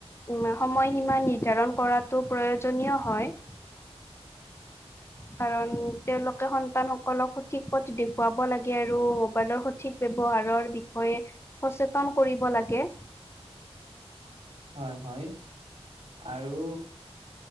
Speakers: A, on the left; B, on the right.
A: সীমা সময়সীমা নিৰ্ধাৰণ কৰাটো প্ৰয়োজনীয় হয় কাৰণ তেওঁলোকে সন্তান সকলক সঠিক পথ দেখুৱাব লাগে আৰু মোবাইলৰ সঠিক ব্যৱ ব্যৱহাৰৰ বিষয়ে সচেতন কৰিব লাগে।
B: হয় হয়। আৰু